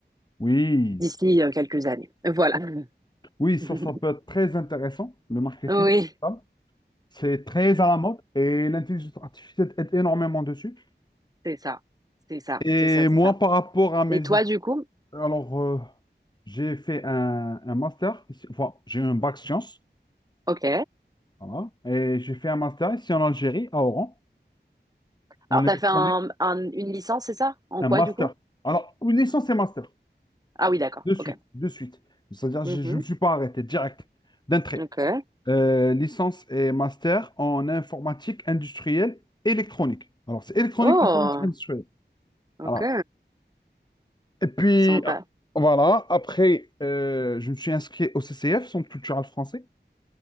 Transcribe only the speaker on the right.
d'ici
euh, quelques années. Voilà.
<laughs>
Oui,
c'est ça. C'est ça,
c'est ça, c'est
ça.
Et toi,
du coup?
Ok.
Alors, t'as
fait un, un- une licence, c'est ça? En
quoi,
du coup?
Ah oui, d'accord.
Ok.
Mhm.
Ok.
Oh,
ok.
Sympa.